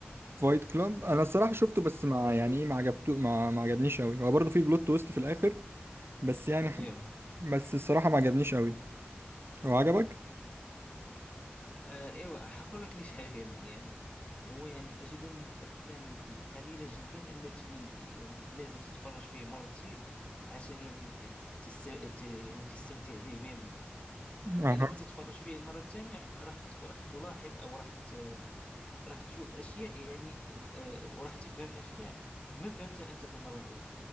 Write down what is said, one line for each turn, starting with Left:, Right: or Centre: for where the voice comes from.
Right: فايت كلاب انا الصراحه شفته بس ما يعني ايه ما عجبته ما ما عجبنيش قوي هو برضه في بلوت تويست في الاخر بس يعني
Left: ايوه
Right: بس الصراحه ما عجبنيش قوي هو عجبك
Left: آه، ايوه حقول لك ليش عجبني يعني هو يعني اجده من الافلام القليله جدا التي يعني لازم تتفرج فيه مرتين عشان يعني ت- تست... ت- يعني تستمتع به 100%
Right: أها.
Left: يعني لما تتفرج فيه المره الثانيه راح ت- راح تلاحظ او راح ت- راح تشوف اشياء يعني ال- آه، وراح تفهم اشياء ما فهمتها انت في المره الاولى